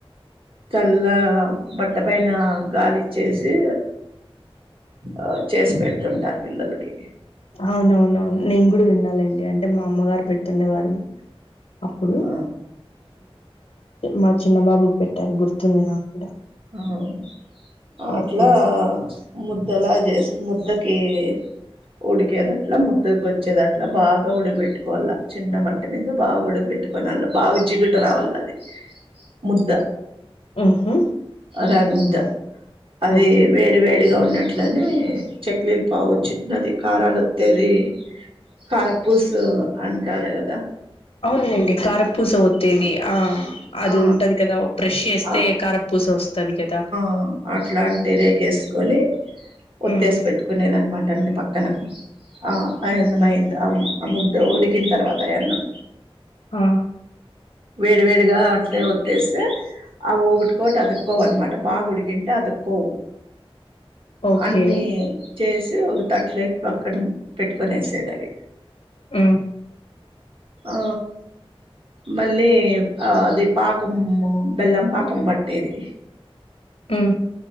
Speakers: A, on the right (about 65°); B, on the left (about 85°).
A: తెల్ల బట్ట పైన గాలిచ్చే సి ఆ చేసి పెడుతుంటారు పిల్లలకి
B: అవునవునవును నేను కూడా వినాలేండి అంటే మా అమ్మగారు పెడుతుండేవారు అప్పుడు
A: ఆ
B: మా చిన్న బాబుకి పెట్టారు గుర్తుంది నాకు కూడా
A: అవును అ
B: ఓకే
A: అట్లా ముద్దలా చేసి ముద్దకి ఇ ఉడికేదట్లా ముద్దుకు వచ్చేదట్లా బాగా ఉడక పెట్టుకోవాల చిన్న మంట మీద బాగా ఉడకబె టుకునల్ల బాగ జిగుట రావలది ముద్ద
B: మ్మ్ఉమ్మ్
A: రాగిముద్ద అది
B: ఓకే
A: వేడి వేడిగా ఉన్న ట్లనే చెక్లీలు పావు చిన్నది కారాలొత్తేది కరపూసు అంటారు కదా
B: అవును లేండి కారపూస ఓ త్తేది ఆ అది
A: ఆ
B: ఉంటాది కదా ప్రెస్ చేస్తే
A: ఆ
B: కారపూస వస్తది కదా
A: ఆ అట్లాంటి రేకేసుకొని ఒత్తేసి
B: ఉమ్
A: పెట్టు కునేదినమాట అన్ని పక్కన ఆ అన్నమైందా
B: ఓకే
A: ఆ ముద్ద ఉడికిన తర్వాత ఆ యన్నం
B: ఆ
A: వేడి వేడిగా అట్లే ఒత్తేసే ఆ ఒకొటికి ఒకటి అతు క్కోవు అనమాట బాగా ఉండికింటే అతుక్కోవు
B: ఓకే
A: అన్నీ చేసి ఒక తట్లేట్ పక్కన పెట్టుకొనేసేది అవి.
B: ఉ
A: ఆ మళ్ళీ ఆ అది పాకం బెల్లం పాకం బ ట్టేది.
B: ఉ